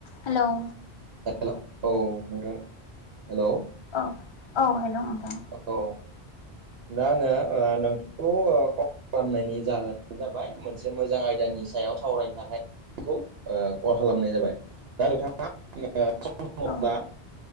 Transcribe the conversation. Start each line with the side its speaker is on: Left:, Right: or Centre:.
Left: हेल'
Right: हेल औ नोंथां हेल'
Left: औ औ हेल' नोंथां
Right: औ दा आङो नोंथांखौ खालामनायनि जाहोनानो जाबाय मोनसे मोजां आयदानि सायाव सावरायनो थाखाय बे खौ कल खालामनाय जाबाय दा नोंथां सम दङब्ला
Left: औ